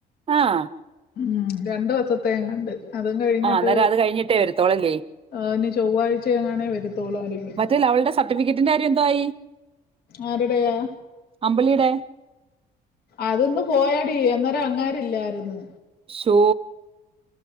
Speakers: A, on the right; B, on the left.
A: ആഹ്
B: ഉം രണ്ട് ദിവസത്തേങ്ങണ്ട് അതും കഴിഞ്ഞിട്ട്
A: ആ അന്നേരം അത് കഴിഞ്ഞിട്ടേ വരത്തോളല്ലേ
B: അ ഇനി ചൊവ്വാഴ്ച എങ്ങാണേ വരത്തോളു അറിയില്ല
A: മറ്റേ അവളുടെ സർട്ടിഫിക്കറ്റിന്റെ കാര്യം എന്തായി
B: ആരടയാ
A: അമ്പിളിയുടെ
B: അത് ന്ന് പോയ ടീ അന്നേരം അങ്ങേര്ല്ലാരുന്നു
A: ചോ